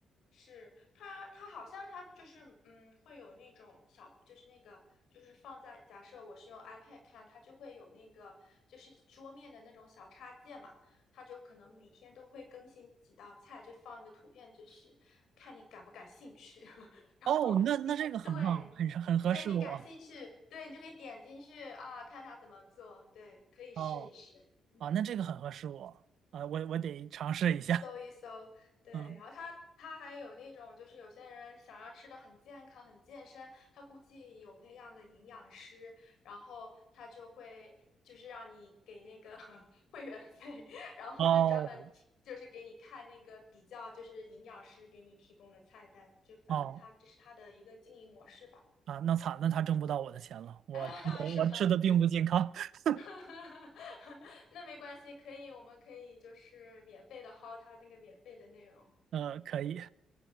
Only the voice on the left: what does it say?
是它，它好像它就是嗯，会有那种小，就是那个就是放在假设我是用 iPad 看，它就会有那个就是桌面的那种小插件嘛，它就可能每天都会更新几道菜，就放一个图片，就是看你感不感兴趣。<laughs> 然后
对，
对你感兴趣，对你就可以点进去啊，看他怎么做，对，可以试一试，
嗯，
搜一搜，对，
然后他他还有那种就是有些人想要吃的很健康、很健身，他估计有那样的营养师，然后他就会就是让你给那个 <laughs> 会员费，然后就专门就是给你看那个比较就是营养师给你提供的菜单，
就反正他这是他的一个经营模式吧，
<laughs> 啊，是吧？
<laughs> 那没关系，可以，我们可以就是免费的薅他那个免费的内容。
嗯